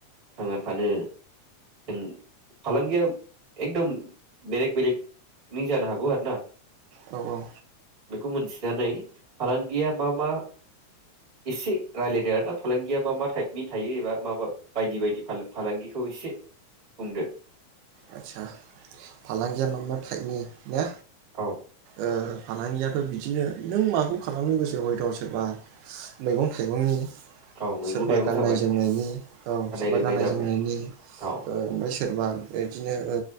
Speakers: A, on the right; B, on the right.
A: थांना थानो जों फालांगिया एकदम बेलेग बेेलेग निजानो हागौ आरो ना
B: औ औ
A: खौ मोनथिनानै फालांगिया मामा? एसे रायलायदो आरोना फालांगिया मा-मा टाइपनि थायो एबा माबा बायदि-बायदि फालांगिखौ एसे बुंदो।
B: आचसा फालांगिया मा मा टाइपनि ने
A: औ
B: ओ फालांगियाथ' बिदिनो। नों माखौ खालामनो गोसोै हयट सोरबा मैगं थाइगंनि।
A: औ मैगं
B: सोरबा
A: थाइगं
B: गाननाय
A: जाबाय
B: जोमनायनि औ सोरबा
A: जोमनाय
B: गाननाय
A: जाबाय
B: जोमनायनि
A: औ
B: ओ-ओ सोरबा। बिदिनो ओ